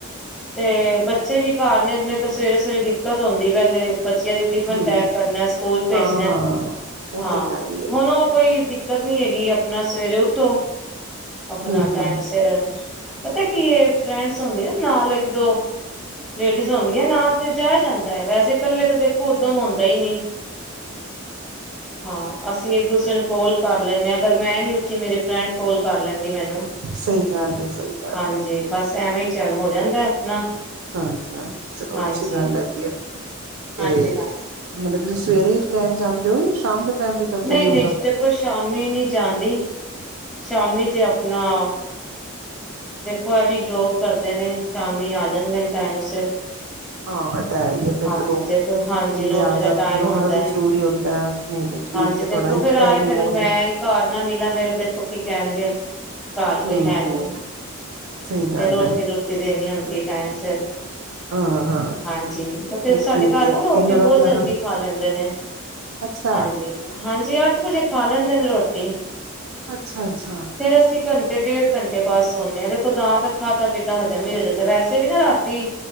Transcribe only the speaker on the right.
ਹਮ
ਹਾਂ ਹਾਂ ਉਹ
ਤੇ ਹੈ ਹੀ
ਏ
ਹਮ
ਹਮ
ਸਹੀ ਗੱਲ ਏ ਸਹੀ ਗੱਲ
ਏ।
ਹਾਂਜੀ ਹਾਂਜੀ ਚਲੋ
ਅੱਛੀ ਗੱਲ ਹੈਗੀ ਆ ਤੇ
ਮਤਲਬ ਤੁਸੀਂ ਸਵੇਰੇ ਟਾਈਮ ਜਾਂਦੇ ਹੋ ਜਾਂ ਸ਼ਾਮ ਦੇ ਟਾਈਮ ਵੀ ਕਰਦੇ
ਹੋ ਯੋਗਾ
ਹਾਂ ਇਹ ਤਾਂ ਹੈ ਹੀ ਹੈ, ਫਿਰ
ਜਦੋਂ
ਬੰਦੇ
ਆ
ਜਾਂਦੇ,
ਫਿਰ ਉਹਨਾਂ
ਦਾ ਵੀ
ਜ਼ਰੂਰੀ ਹੀ ਹੁੰਦਾ ਹੈ। ਨਹੀਂ ਨਹੀਂ ਠੀਕ
ਹੈ
ਥੋੜਾ ਇੱਕ
ਟਾਈਮ
ਵੀ ਬਹੁਤ
ਹੈ
ਹਮ
ਹਮ ਸਹੀ ਗੱਲ
ਐ।
ਹਾਂ ਹਾਂ
ਨਹੀਂ
ਠੀਕ
ਹੈ
ਇਹਨਾਂ
ਦਾ ਧਿਆਨ
ਅੱਛਾ
ਅੱਛਾ-ਅੱਛਾ।